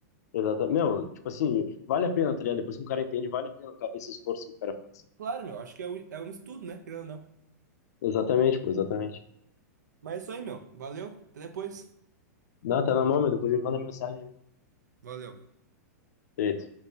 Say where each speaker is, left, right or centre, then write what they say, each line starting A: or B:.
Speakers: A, on the left (about 70°); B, on the right (about 85°).
A: Exatamente. Meu, tipo assim, vale a pena, tá ligado? Depois que um cara entende, vale a pena cara, esse esforço que o cara faz.
B: Claro, meu. Acho que é um, é um estudo, né? Querendo ou não.
A: Exatamente, pô, exatamente.
B: Mas é isso aí, meu. Valeu. Até depois.
A: Não, tá na mão, meu. Depois me manda mensagem. aí.
B: Valeu.
A: Feito.